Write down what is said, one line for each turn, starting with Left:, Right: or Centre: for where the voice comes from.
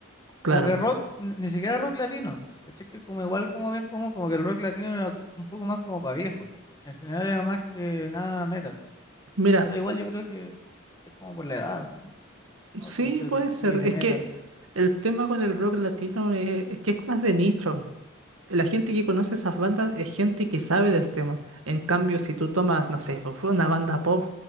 Right: Claro.
Left: Como que rock, ni ni siquiera rock latino, ¿cachai? Que como igual, como bien, como, como que el rock latino era un poco más como para viejos, en general era más que nada metal,
Right: Mira,
Left: pero igual yo creo que es como por la edad, ¿no? oh,
Right: sí
Left: quiero ser
Right: puede ser.
Left: libre
Right: Es
Left: metal.
Right: que
Left: y
Right: el tema con el rock latino es, es que es más de nicho. la gente que conoce esas bandas es gente que sabe del tema. En cambio, si tú tomas, no sé, pues, fue una banda pop